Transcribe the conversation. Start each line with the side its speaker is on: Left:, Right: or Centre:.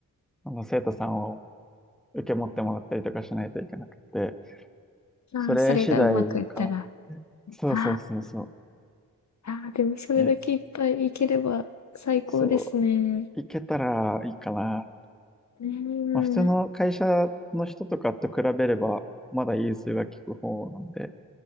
Centre: あの生徒さんを受け持ってもらったりとかしないといけなくて、
Left: あー、
Centre: それ次第かな。
Left: それがうまくいったら。
Centre: そうそうそうそ
Left: あー、あー、でもそれだけいっぱい行ければ最高ですね。
Centre: う。で、そう、いけたらいいかな。
Left: ねえ。
Centre: まあ普通の会社の人とかと比べれば、まだ融通が利く方なんで、